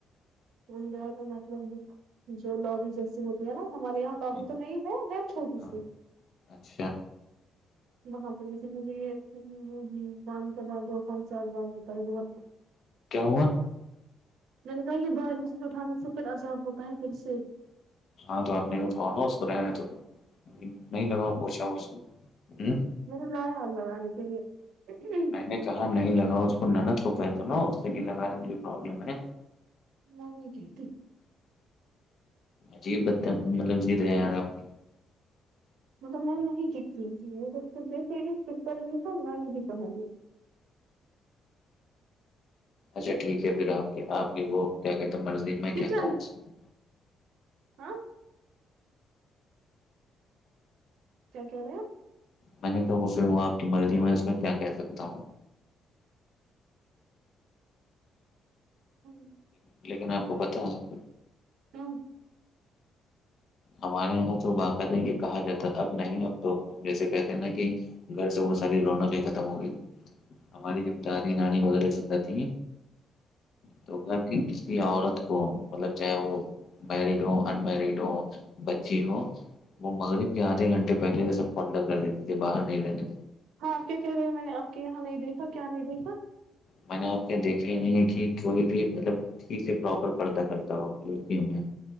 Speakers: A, on the right; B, on the left.
A: م بی کا مت لوگ <unintelligible> جو لوبی جیسی ہوتی ہے نا ہمارے یہاں لوبی
B: ہاں
A: تو نہیں ہے ہے چھوٹی
B: ہاں،
A: سی
B: اچھا
A: باں سے لیکن مجھے یہ کاان کا ب دو سال سے آزاد ہوتا ہے بہت
B: کیا ہوا
A: میں نے کہا یہ باہاریک چیز اٹھانے سے پھر عذاب ہوتا ہے پھر سے
B: ہاں تو آپ نہیں اٹھاؤ نا اس کور میں تو نہیں لگاؤ پوچھا وہوھا ہوں
A: م نے لایا اللہگے کے لیے <unintelligible>
B: میں نے کہا نہیں لگا اس کو نند توپہ تو نا اس سے بھی لگانا مجے پرابلم ہے
A: نم کہتی <unintelligible>
B: عجیب ب مطلب جییدے یار آپ کی
A: م توب میں نے نہیں جیتتی تو پپر بھی تو میں نے نہیں کہی
B: اچھا ٹھیک ہے پھر آپ کی آپ کی وہ کیا کہتے ہیں مرضی میں
A: کچن
B: کیا کہوں اس میں
A: ہاں کیا کیا رہے ہیں
B: میں نے کہ وہ پھر وہ آپ کی مرضی میں اس میں کیا کہہ سکتا ہوں
A: ہاں <inaudible>
B: لیکن آپ کو پتا ہے
A: ہ <inaudible>
B: ہمارے یہاں تو باقعد ہے یہ کہا جاتا اب نہیں اب تو جیسے کہتے ہیں نا کہ گھر سے وہ ساری رونوں کی ختم ہو گئی ہماری جب دادی نانی وغیرہ سب رہتی ہیں تو گھر کسی عورت کو مطلب چاہے وہ مریڈ ہو ان مریڈ ہو بچی ہو وہ مغرب کے آدھے گھنٹے پہلے سے سب کو اندر کر دیتی تھی باہر نہیں رہنےے
A: ہاں کیا کہہ رہے ہیں میں نے آپ کے یہاں نہیں دیکھا کیا نہیں دیکھا
B: میں نے آپ کے یہ دیکھ لی نہیں کہ کوئی بھی مطلب ٹھیک ہے پراپر کردہ کرتا ہو لڑکیوں میں